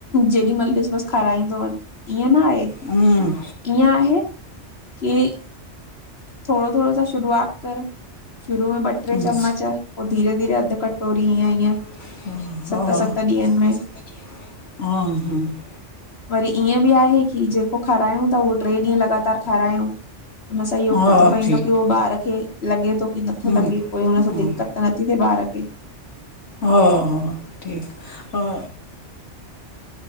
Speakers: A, on the left (about 60°); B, on the left (about 80°).
A: जेॾी महिल ॾिस बसि खाराईंदो वनञु। ईअं न आहे
B: हम्म
A: ईअं आहे, कि थोरो थोरो त शुरूआत करि शुरूअ में ॿ टे
B: हम्म,
A: चम्मच पो धीरे धीरे अध कटोरी ईयं ईअं
B: हा-
A: सत
B: हा,
A: सत ॾींहंनि में
B: हा, हा
A: वरी ईअं ॿि आहे कि, जेको खारायूं ता उहो टेरे ॾींहं लॻातार खारायूं। हुन सां इहो
B: हा,
A: पतो पवंदो
B: ठीकु
A: की उहो ॿार खें लॻे थो कि नथो
B: हम्म,
A: लॻे। कोई हुन
B: हम्म,
A: सां दिक़त त नथी थिए ॿार खे।
B: हा, हा ठीकु हां